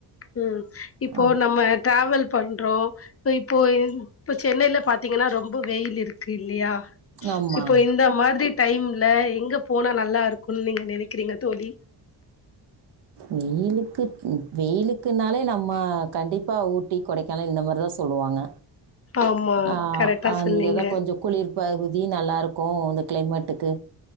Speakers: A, on the left; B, on the right.
A: உம் இப்போ
B: ஆ
A: நம்ம டிராவல் பண்றோ இப்ப இப்போயின் இப்ப சென்னைல பாத்தீங்கன்னா ரொம்ப வெயில் இருக்கு இல்லையா
B: ஆமாம்
A: இப்போ இந்த மாதிரி டைம்ல எங்க போனா நல்லா இருக்கும் நீங்க நெனைக்கிறீங்க தோழி
B: வெயிலுக்கு வெயிலுக்குனாலே நம் மா கண்டிப்பா ஊட்டி கொடைக் <unintelligible> இந்த மாதிரி தான் சொல்லுவாங்க
A: ஆமா
B: ஆஹ்
A: கரெக்டா
B: அந்த
A: சொன்னீங்க
B: ஏதா கொஞ்சோ குளிர் பகுதி நல்லா இருக்கூ அந் கிளைமேட்டுக்கு